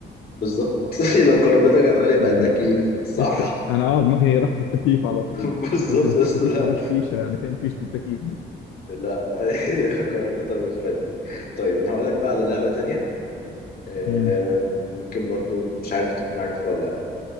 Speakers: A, on the left; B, on the left.
A: بالظبط <laughs> لو كهربتها كانت غالية بقى
B: ما
A: التكييف
B: ده ده
A: صح
B: إيه، انا اه دماغي راح في التكييف على طول
A: <laughs> بالظبط
B: قلت بس
A: بس
B: التكييف
A: لا
B: ملوش فيشه يعني فين فيشه التكييف دي
A: لا لا هي كهربتها مش غالية طيب انا هقولك بقى على لعبة تانية آم،
B: امم
A: ممكن برضو مش عارف تكون عارفها ولا لا